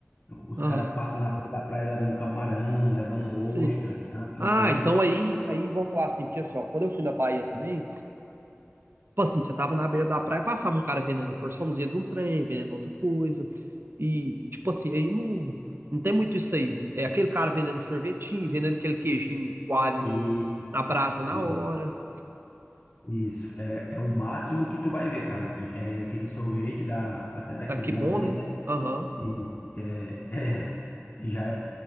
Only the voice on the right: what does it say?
ah,
sei.
Ah, então aí, aí vamos falar assim, porque assim, ó, quando eu fui na Bahia também. Tipo assim, você tava na beira da praia, passava um cara vendendo uma porçãozinha de um trem, vendendo outra coisa. E, e, tipo assim, aí não, não tem muito isso aí. É aquele cara vendendo sorvetinho, vendendo aquele queijinho coalho
no, na brasa na
hora.
Ah, que
bom,
né? Aham,